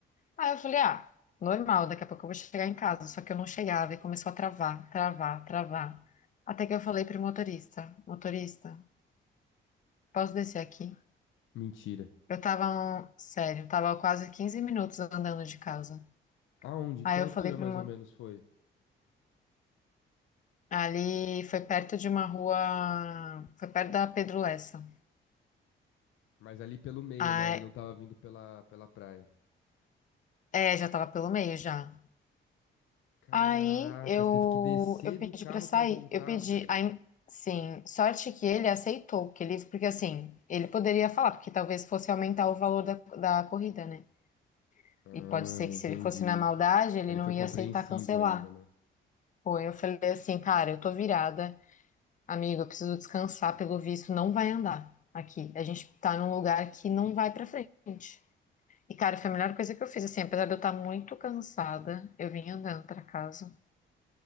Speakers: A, on the left; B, on the left.
A: Aí eu falei, ah, normal, daqui a pouco eu vou chegar em casa. Só que eu não chegava e começou a travar, travar, travar. Até que eu falei pro motorista, motorista, posso descer aqui?
B: Mentira.
A: Eu tava, um- sério, tava quase 15 minutos andando de casa.
B: Aonde?
A: Aí
B: Que altura
A: eu falei pro
B: mais
A: mo-
B: ou menos foi?
A: ali foi perto de uma rua, foi perto da Pedro Lessa.
B: Mas ali pelo meio,
A: Aí,
B: né? Ele não tava vindo pela, pela praia.
A: é, já tava pelo meio já.
B: Caracas,
A: Aí eu,
B: teve que descer
A: eu pedi
B: do carro
A: pra sair.
B: pra voltar,
A: Eu pedi,
B: velho.
A: aí, sim, sorte que ele aceitou, que ele, porque assim, ele poderia falar, porque talvez fosse aumentar o valor da, da corrida, né?
B: Ah,
A: E pode ser que
B: entendi.
A: se ele fosse na maldade, ele
B: Ele
A: não
B: foi
A: ia
B: compreensivo
A: aceitar cancelar.
B: ainda, né?
A: Pô, eu falei assim, cara, eu tô virada, amigo, eu preciso descansar, pelo visto, não vai andar aqui. A gente tá num lugar que não vai pra frente. E, cara, foi a melhor coisa que eu fiz, assim, apesar de eu estar muito cansada, eu vim andando pra casa.